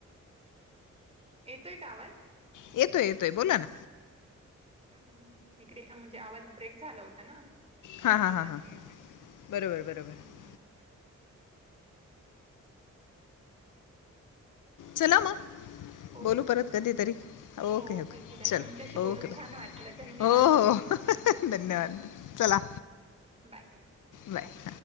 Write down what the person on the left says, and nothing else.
येतोय येतोय बोला ना.
हां हां
हां हां
बरोबर बरोबर
चला म.
बोलू परत
कधी तरी, ओके
ओके
चल
ओके बाय,
हो हो. धन्यवाद चला.
बाय.